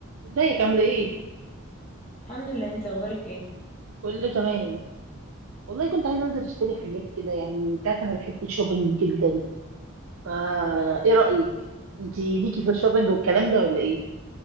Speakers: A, on the right; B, on the left.
A: ازيك عاملة ايه؟
B: الحمد لله انت اخبارك ايه
A: كله تمام والله كنت عايزة انزل اشتري حاجات كده يعني انت عارفة انا بحب الشوبينج جدا فا ايه رأيك؟ انتي ليكي في الشوبينج والكلام ده ولا ايه؟